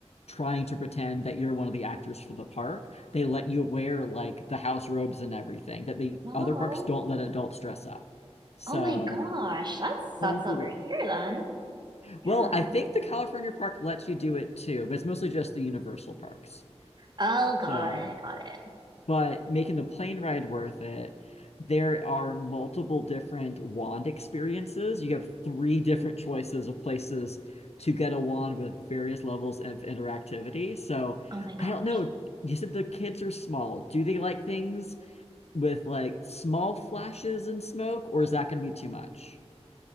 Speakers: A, on the left; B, on the right.
A: trying to pretend that you're one of the actors for the park. They let you wear like the house robes and everything that the
B: No.
A: other parks don't let adults dress up. So
B: Oh my gosh, that sucks
A: whole group.
B: over here then. Yeah.
A: Well, I think the California park lets you do it too, but it's mostly just the Universal parks.
B: Oh, got
A: So
B: it, got it.
A: But making the plane ride worth it, there are multiple different wand experiences. You have three different choices of places to get a wand with various levels of interactivity. So
B: Oh my gosh.
A: I don't know. You said the kids are small. Do they like things with like small flashes and smoke, or is that going to be too much?